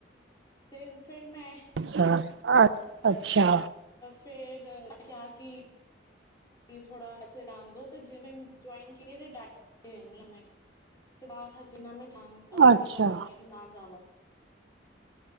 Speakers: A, on the left; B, on the right.
A: ਤੇ ਫਿਰ ਮੈਂ
B: ਅੱਛਾ ਆ। ਅੱਛਾ।
A: ਫੇਰ ਕਿਆ ਕਿ ਥੋੜਾ ਜਾਣ ਦੋ ਤੇ ਜਿਮ ਜੁਆਇਨ ਕੀਤੀ ਤੇ ਡਾਇਟ ਏਹ ਲੈਣੀ ਆ ਮੈਂ ਤੇ ਬਾਹਰ ਹਜੇ ਨਾ ਮੈਂ ਅਵਾਇਡ
B: ਅੱਛਾ
A: ਹੀ ਕਰ ਰਹੀ ਹਾਂ ਕਿ ਨਾ ਜਾਵਾਂ